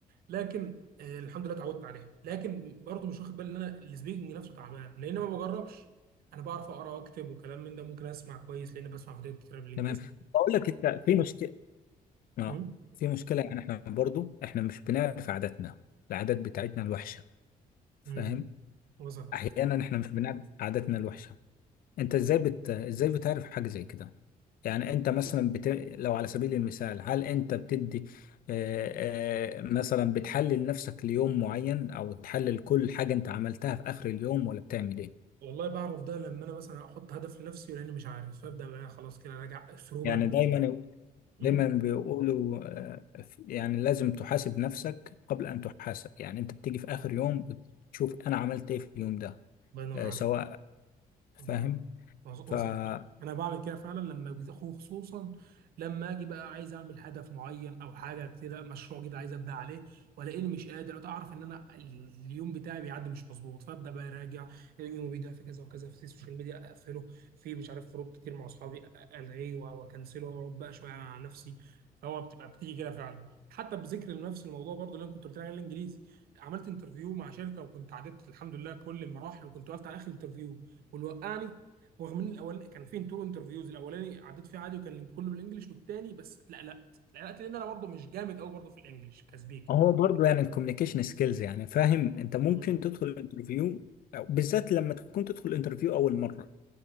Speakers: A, on the right; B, on the left.
A: لكن آه الحمد لله اتعودت عليها لكن برضه مش واخد بالي ان انا السبيكنج نفسه تعبان لان ما بجربش انا بعرف اقرا واكتب وكلام من ده ممكن اسمع كويس لان بسمع فيديوهات كتير بالانجليزي
B: تمام بقول لك انت في مشكله اه
A: امم
B: في مشكله يعني احنا برضو احنا مش بنعرف عاداتنا العادات بتاعتنا الوحشه فاهم
A: امم وصل
B: احيانا احنا مش بنعرف عاداتنا الوحشه انت ازاي بت... ازاي بتعرف حاجه زي كده يعني انت مثلا بت... لو على سبيل المثال هل انت بتدي آه، آه، مثلا بتحلل نفسك ليوم معين او تحلل كل حاجة انت عملتها في اخر اليوم ولا بتعمل ايه
A: والله بعرف ده لما انا مثلا احط هدف لنفسي لاني مش عارف فابدا بقى خلاص كده راجع اسلوبك
B: يعني دايما
A: أمم،
B: دايما بيقولوا آه، في- يعني لازم تحاسب نفسك قبل ان تحاسب يعني انت بتيجي في اخر يوم بتشوف انا عملت ايه في اليوم ده
A: الله ينور
B: آه،
A: عليك
B: سواء فاهم
A: اه وص-
B: فهو
A: وصلت انا بعمل كده فعلا لما بت- خصوصا لما اجي بقى عايز اعمل هدف معين او حاجه كده مشروع كده عايز ابدا عليه والاقيني مش قادر اعرف ان انا اليوم بتاعي بيعدي مش مظبوط فابدا بقى اراجع اليوم بيضيع في كذا وكذا في السوشيال ميديا اقفله في مش عارف خروج كتير مع اصحابي الغيه و- واكنسله واقعد بقى شويه على نفسي فهو بتبقى بتيجي كده فعلا حتى بذكر لنفس الموضوع برضو اللي انا كنت قلت لك عليه الانجليزي عملت انترفيو مع شركه وكنت عديت الحمد لله كل المراحل وكنت وقفت على اخر انترفيو والوقعني ورغم ان الاولاني كان فين تو انترفيوز الاولاني عديت فيه عادي وكان كله بالانجلش والتاني بس اتلقلقت اتلقلقت لان انا برضه مش جامد قوي برضه في الانجلش كسبيكي
B: برضو يعني الكوميونيكيشن سكيلز يعني فاهم انت ممكن
A: امم
B: تدخل انترفيو بالذات لما تكون تدخل انترفيو اول مرة